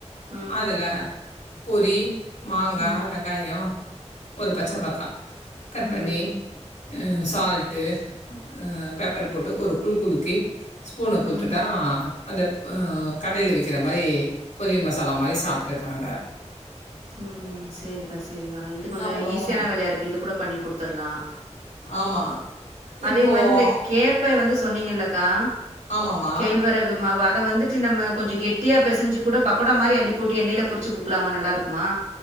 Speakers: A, on the right (about 85°); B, on the left (about 90°).
A: ம்
B: அதுல பொரி மாங்கா
A: ம்
B: வெங்காயொ ஒரு பச்சைமிளகா கட்
A: ம்
B: பண்ணி அ சால்ட்டு அ பெப்பர் போட்டு ஒரு குலுக் குலுக்கி ஸ்பூன கூத்துட்டா
A: ம்
B: அந்த அ கடையில வக்கிற மாரி பொரி மசாலா மாரி சாப்ட்டுறாங்க
A: ம் செரிக்கா செரிக்கா இது கொஞ்சம்
B: அப்புறம்
A: ஈஸியான வேலையா இருக்கு இது கூட பண்ணி கொடுத்துர்லாம்
B: ஆமாம்
A: அதே
B: இப்போது
A: மாரி இந்த கேப்பை வந்து சொன்னீங்களக்கா
B: ஆமாம்மா
A: கேழ்வரகு மாவு அத வந்துட்டு நம்ம கொஞ்ச கெட்டியா பெசஞ்சு கூட பக்கடோ மாரிஅள்ளி போட்டு எண்ணெயில பொறிச்சு குடுக்கலாம நல்லார்க் குமா